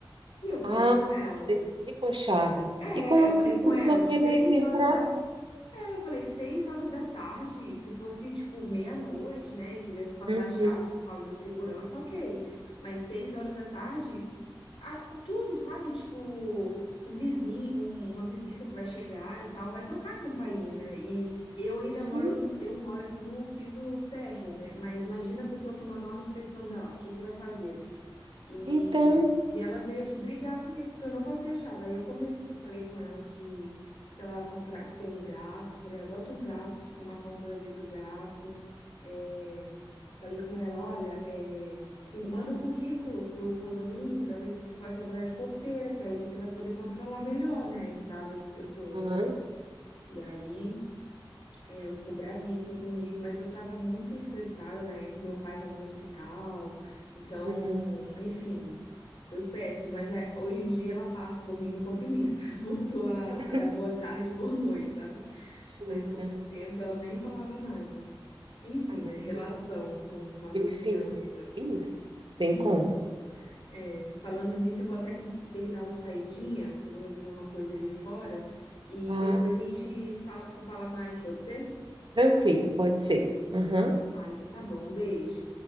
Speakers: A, on the left; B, on the right.
A: E eu falei
B: Ah, tem
A: com ela,
B: que descer com a chave.
A: é,
B: E quando
A: eu falei
B: a
A: com
B: pessoa
A: ela, seis
B: querer entrar?
A: horas da Aí eu falei, seis horas da tarde, se fosse tipo meia-noite, né, e quisesse passar
B: Uhum.
A: a chave por causa da segurança, ok. Mas seis horas da tarde, a- com tudo, sabe? Tipo, um vizinho, um- uma visita que vai chegar e tal, vai tocar a campainha, né? E eu ainda
B: Sim.
A: moro, eu moro aqui no piso térreo, né? Mas imagina a pessoa que mora lá no sexto andar, o que que vai fazer, e,
B: Então,
A: e ela veio aqui brigar comigo, porque eu não passei a chave. Aí eu comecei, eu falei com ela que pra ela comprar, ter um gato, falei, adota um gato pra você tomar conta da vida do gato. É, falei com ela, olha, é, se manda o currículo pro condomínio pra ver se você pode trabalhar de porteira, que aí você vai poder controlar melhor, né, a entrada das pessoas.
B: Hã?
A: E aí. Aí Ela ficou bravíssima comigo, mas eu tava muito estressada na época. Meu pai tava no hospital, então,
B: Uhum.
A: enfim, foi péssimo. Mas é, hoje em dia ela passa por mim e me cumprimenta. <laughs> Voltou a,
B: <laughs>
A: a dar boa tarde, boa noite, sabe?
B: Sim.
A: Mas por
B: aham.
A: um tempo ela nem falava nada. Enfim,
B: Ah, mas
A: né? Relação
B: é isso.
A: com, com a vizinhança.
B: Enfim, é é isso. Tem
A: <laughs>
B: como.
A: É, falando nisso, eu vou até que- ter que dar uma saidinha, que eu vou resolver uma coisa ali fora. E
B: Ah,
A: depois a gente fala, se fala mais, pode ser?
B: tranquilo, pode ser. Aham.
A: Ah, então tá bom. Um beijo.